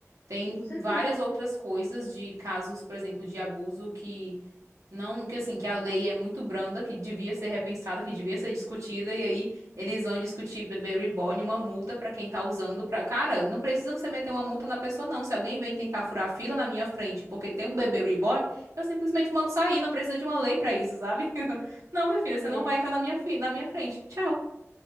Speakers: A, on the right (about 85°); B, on the left (about 55°).
A: Tem
B: Com certeza.
A: várias outras coisas de casos, por exemplo, de abuso que não, que assim, que a lei é muito branda, que devia ser repensada, que devia ser discutida, e aí eles vão discutir bebê reborn, uma multa pra quem tá usando pra. Cara, não precisa você meter uma multa na pessoa, não. Se alguém vem tentar furar fila na minha frente porque tem um bebê reborn, eu simplesmente mando sair, não precisa de uma lei pra isso, sabe? <laughs> Não, minha filha, você
B: é
A: não vai entrar na minha, fi... na minha frente. Tchau.